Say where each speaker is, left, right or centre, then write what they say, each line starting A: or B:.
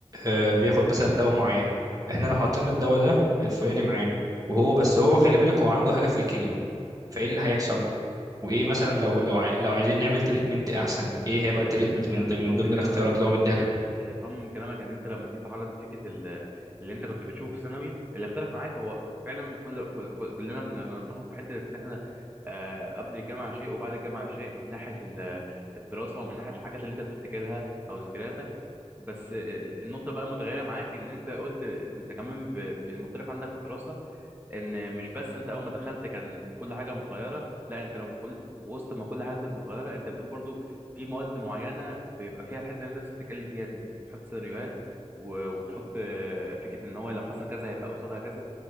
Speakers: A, on the right; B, on the right.
A: آه، بياخد مثلا دواء معين احنا لو حطينا الدواء ده الفلاني معاه وهو بس هو خلي بالك هو عنده حاجه في الكليه فايه اللي هيحصل وايه مثلا
B: اه
A: لو لو عاي- لو عايزين نعمل تريتمنت احسن ايه هيبقى التريتمنت من
B: يعني
A: ضمن-
B: انا
A: من
B: فاهم
A: ضمن
B: من كلامك
A: الاختيارات اللي هو مديها لك
B: اللي فهمه من كلامك ان انت لما تيجي تتعرض لفكره ال- اللي انت كنت بتشوفه في ثانوي اللي اختلف معاك هو فعلا كل كل- كل- كلنا بن- بنتفق في حته ان احنا آه، قبل الجامعه شيء وبعد الجامعه شيء من ناحيه ال- الدراسه ومن ناحيه الحاجات اللي انت بتفتكرها او ذكرياتك بس آه، النقطه بقى المتغيره معاك ان انت قلت انت كمان ب- المختلف عندك في الدراسه ان مش بس انت اول ما دخلت كان كل حاجه متغيره لا انت لو كل وسط ما كل حاجه كانت متغيره انت بتقول برضو في مواد معينه بيبقى فيها الحته اللي انت لسه بتتكلم فيها دي تحط سيناريوهات و- وتحط آه، فكره ان هو لو حصل كذا هيبقى قصادها كذا